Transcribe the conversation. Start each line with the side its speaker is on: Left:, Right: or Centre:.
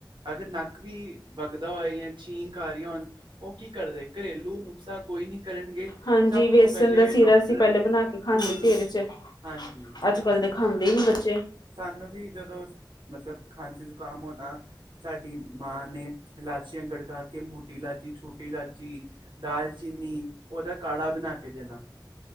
Right: ਅਗਰ ਨੱਕ ਵੀ ਵਗਦਾ ਹੋਏ ਜਾਂ ਛੀਂਕ ਅਰੀਆਂ ਹੋਨ। ਓ ਕੀ ਕਰਦੇ, ਘਰੇਲੂ ਨੁਕਸਾ ਕੋਈ ਨੀ ਕਰਨਗੇ।
Left: ਹਾਂਜੀ
Right: ਸਭ
Left: ਵੇਸਨ
Right: ਤੋਂ ਪਹਿਲੇ
Left: ਦਾ ਸੀਰਾ
Right: ਡਾਕਟਰ
Left: ਅਸੀਂ ਪਹਿਲੇ ਬਣਾ ਕੇ ਖਾਂਦੇ
Right: ਕੋਲੋ
Left: ਸੀ ਇਹਦੇ ਚ,
Right: ਹਾਂਜੀ
Left: ਅੱਜ ਕੱਲ
Right: ਹਾਂਜੀ
Left: ਦੇ ਖਾਂ ਹੁੰਦੇ ਈ ਨੀ ਬੱਚੇ।
Right: ਸਾਨੂੰ ਵੀ ਜਦੋਂ, ਮਤਲਬ ਖਾਂਸੀ ਜ਼ੁਕਾਮ ਹੋਨਾ। ਸਾਡੀ ਮਾਂ ਨੇ ਲਾਚੀਆਂ ਗੜਕਾ ਕੇ ਮੋਟੀ ਲਾਚੀ, ਛੋਟੀ ਲਾਚੀ ਦਾਲਚੀਨੀ ਉਹਦਾ ਕਾ਼ਾ ਬਣਾ ਕੇ ਦੇਣਾ